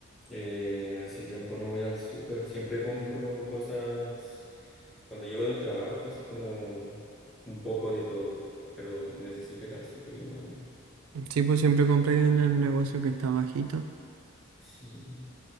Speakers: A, in the centre; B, on the right.
A: eh, hace tiempo no voy al súper, siempre compro cosas cuando llego del trabajo, así como un poco de todo, pero necesito ir al súper igual.
B: Sí, pues siempre compré en el negocio que está bajito.
A: Sí.